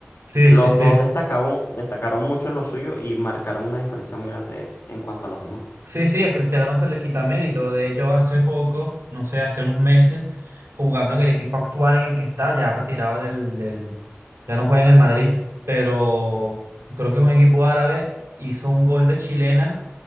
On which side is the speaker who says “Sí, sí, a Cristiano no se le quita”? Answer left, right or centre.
Right